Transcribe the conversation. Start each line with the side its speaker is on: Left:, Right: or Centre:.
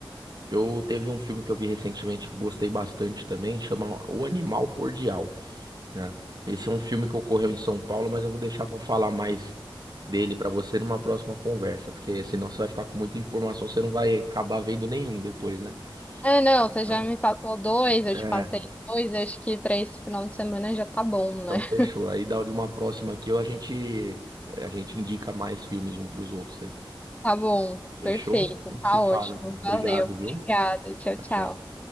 Right: eu teve um filme que eu vi recentemente que eu gostei bastante também, chama O Animal Cordial. né? Esse é um filme que ocorreu em São Paulo, mas eu vou deixar pra falar mais dele pra você numa próxima conversa, porque senão você vai ficar com muita informação, você não vai acabar vendo nenhum depois, né?
Left: Ah, não, você
Right: Então,
Left: já me passou dois, eu
Right: é,
Left: te passei dois, acho que pra esse final de semana já tá bom,
Right: Então
Left: né? <laughs>
Right: fechou. Aí dá de uma próxima aqui, a gente é, a gente indica mais filmes um pros outros aí.
Left: Tá bom,
Right: Fechou?
Left: perfeito,
Right: A gente
Left: tá
Right: se fala,
Left: ótimo,
Right: então. Obrigado,
Left: valeu,
Right: viu?
Left: obrigada, tchau,
Right: Tchau,
Left: tchau.
Right: tchau.